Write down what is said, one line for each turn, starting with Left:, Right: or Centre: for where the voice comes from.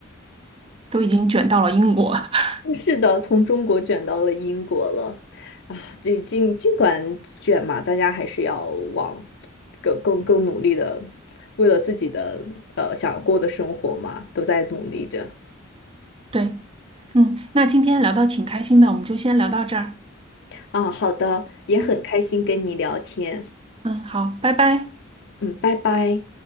Right: 都已经卷到了英国。<laughs>
Left: 是的，从中国卷到了英国了，啊，这尽尽管卷嘛，大家还是要往更更更努力的，为了自己的呃想过的生活嘛，都在努力着
Right: 对，嗯，那今天聊到挺开心的，我们就先聊到这儿。
Left: 啊。好的，也很开心跟你聊天，
Right: 嗯，嗯好，拜拜。
Left: 嗯，拜拜。